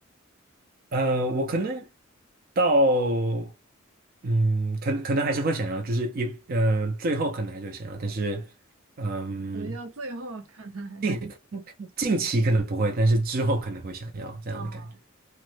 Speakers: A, on the right (about 45°); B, on the right (about 80°).
A: 呃，我可能到。嗯，可可能还是会想要，就是一呃，最后可能还是会想要，但是，嗯。
B: 什么叫最后可能还是？
A: 近近期可能不会，但是之后可能会想要这样的感觉。
B: <laughs> 哦，